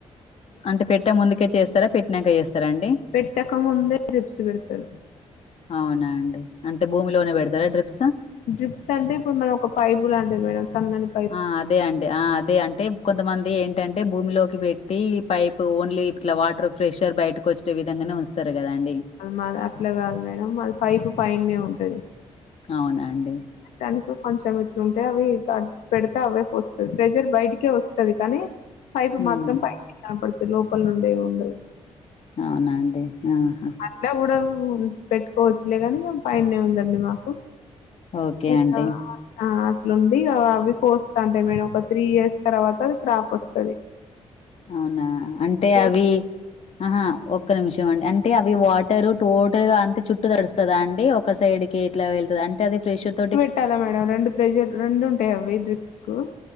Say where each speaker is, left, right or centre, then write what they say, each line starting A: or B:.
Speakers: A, on the left (about 55°); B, on the left (about 85°).
A: అంటే పెట్టా ముందుకే చేస్తారా పెట్టినాక చేస్తారా అండి
B: పెట్టక ముందే రిప్స్ పెడతారు
A: అవునా అండి అంటే భూమిలోనే పెడతారా డ్రిప్స్
B: రిప్స్ అంటే ఇప్పుడు మనం ఒక పైపు లాంటిది మేడం సన్నది
A: ఆ అదే అండి ఆ అదే అంటే కొంతమంది ఏంటంటే భూమిలోకి పెట్టి పైప్ ఓన్లీ ఇట్లా వాటర్ ప్రెషర్ బయటకు వచ్చ చ్చే విధంగానే ఉంచుతరు కదా అండి
B: అది మా అట్లా కాదు మేడం అది పైపు పైన ఉంటది
A: అవునా అండి
B: దానికి కొంచెం ఇట్లా ఉంటే అవి పెడితే అవ్వే పోస్తది ప్రెజర్ బయటికే వస్తది కానీ పైపు
A: ఉమ్
B: మాత్రం పై కనపడుతు లోపల నుండి ఏం ఉండదు
A: అవునా అండి ఆహా
B: ఇట్ల కూడా పెట్టుకోవచ్చులే కాని పైనే ఉందండి మాకు
A: ఓకే
B: ఇంకా
A: అండి
B: ఆ అట్లుంది ఇక అవి పోస్తా అంటే మేము ఒక త్రీ ఇయర్స్ తర్వాత అది క్రాప్ వస్తది
A: అవునా అంటే
B: త్రీ ఇయర్స్
A: అవి ఆహా ఒక్క నిమిషం అండి అంటే అవి వాటరు టోటల్ గా అంతే చుట్టు తడుస్తదా అండి ఒక సైడ్ కి ఎట్లా వెళ్తది అంటే అది ఫ్రెషర్ తోటి
B: ట్టాలా మేడం రెండు ప్రెజర్ రెండు ఉంటాయి అవి డ్రిప్స్ కు